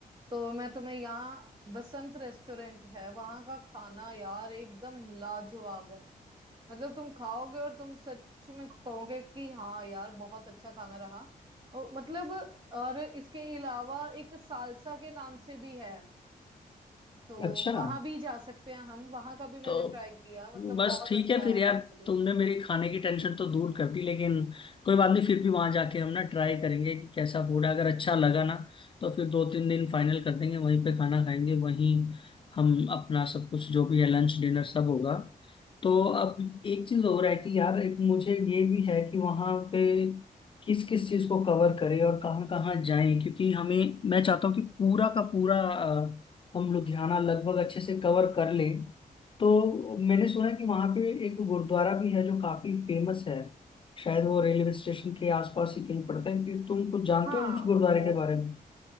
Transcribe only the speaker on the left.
अच्छा
तो
बस
ठीक
है फिर
यार
तुमने मेरी खाने की टेंशन तो दूर कर दी लेकिन कोई बात नहीं फिर भी वहां जाके हम ना ट्राई करेंगे कि कैसा फूड है अगर अच्छा लगा ना तो फिर दो तीन दिन फाइनल कर देंगे वहीं पे खाना खाएंगे वहीं हम अपना सब कुछ जो भी है लंच डिनर सब होगा तो अब एक चीज हो रहा है कि यार एक मुझे ये भी है कि वहां पे किस किस चीज को कवर करें और कहाँ कहाँ जाएं क्योंकि हमें मैं चाहता हूँ कि पूरा का पूरा अ, हम लुधियाना लगभग अच्छे से कवर कर लें तो मैंने सुना है कि वहां पे एक गुरुद्वारा भी है जो काफी फेमस है शायद वो रेलवे स्टेशन के आसपास ही कहीं पड़ता है कि तुम कुछ जानते
हो उस गुरुद्वारे
के बारे में